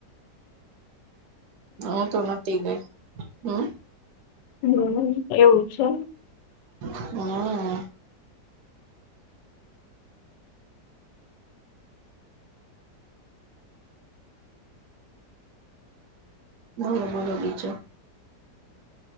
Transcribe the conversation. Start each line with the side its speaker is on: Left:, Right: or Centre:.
Right: હ તો નથી ગઈ હમ
Left: હમ એવું છે.
Right: હમ બલો બલો બીજો